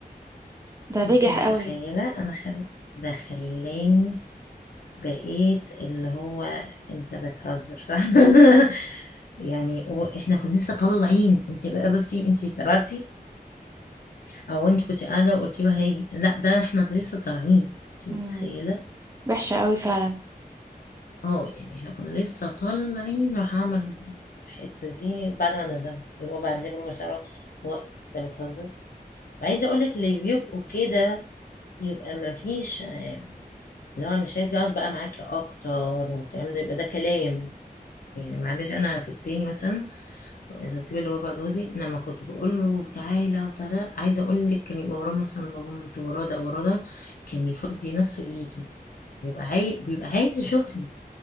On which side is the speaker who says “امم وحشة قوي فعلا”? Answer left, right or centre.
Right